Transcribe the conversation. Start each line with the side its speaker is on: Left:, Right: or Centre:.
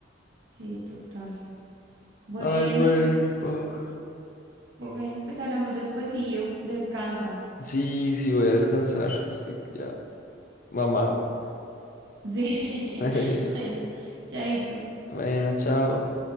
Right: sí, total. Bueno,
Left: Ay, bueno,
Right: pues,
Left: Pau.
Right: bueno, pues hablamos despuesillo. Descansa.
Left: Sí, sí, voy a descansar. Estoy ya mamado.
Right: Sí.
Left: <laughs>
Right: <laughs> Bueno, chaito.
Left: Bueno, chao.